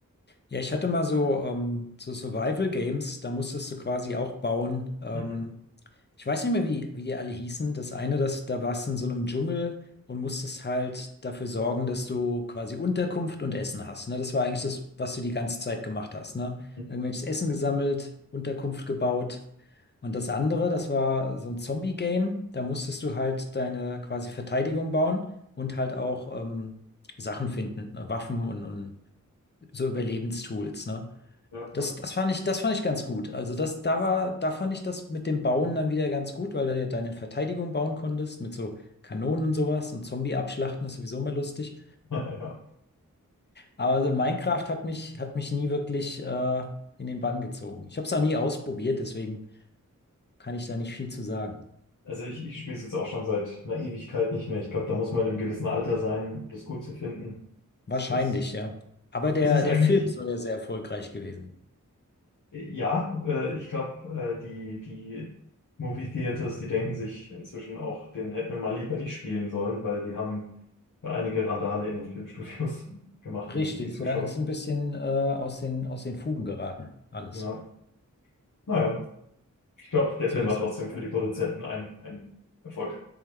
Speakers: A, on the left (about 35°); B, on the left (about 70°).
A: ja, ich hatte mal so, ähm, so Survival Games, da musstest du quasi auch bauen. Ähm,
B: Mhm. <laughs>
A: Ich weiß nicht mehr, wie die, wie die alle hießen. Das eine, das, da warst du in so einem Dschungel und musstest halt dafür sorgen, dass du quasi Unterkunft und Essen hast. Ne? Das war eigentlich das, was du die ganze Zeit gemacht hast. Ne?
B: Mhm.
A: Irgendwelches Essen gesammelt, Unterkunft gebaut. Und das andere, das war so ein Zombie-Game. Da musstest du halt deine quasi Verteidigung bauen und halt auch ähm, Sachen finden, ne? Waffen und, und so Überlebenstools. Ne?
B: Ja, ja.
A: Das, das fand ich, das fand ich ganz gut. Also das, da war, da fand ich das mit dem Bauen dann wieder ganz gut, weil du ja deine Verteidigung bauen konntest mit so Kanonen und sowas und Zombie abschlachten ist sowieso mal lustig.
B: <laughs> Ja.
A: Aber so Minecraft hat mich, hat mich nie wirklich äh, in den Bann gezogen. Ich habe es auch nie ausprobiert, deswegen kann ich da nicht viel zu sagen.
B: Also ich, ich spiele es jetzt auch schon seit einer Ewigkeit nicht mehr. Ich glaube, da muss man in einem gewissen Alter sein, um das gut zu finden.
A: Wahrscheinlich,
B: Es ist,
A: ja. Aber der,
B: es ist
A: der
B: eigentlich,
A: Film soll ja sehr erfolgreich gewesen.
B: ja, äh, ich glaube, äh, die, die Movie Theaters, die denken sich inzwischen auch, den hätten wir mal lieber nicht spielen sollen, weil die haben da einige Randale in den Filmstudios <laughs> gemacht,
A: Richtig,
B: die, die Zuschauer.
A: ja, ist ein bisschen äh, aus den, aus den Fugen geraten, alles.
B: Ja. Naja, ich glaube, der
A: So
B: Film
A: ist
B: war trotzdem
A: das.
B: für die Produzenten ein, ein Erfolg.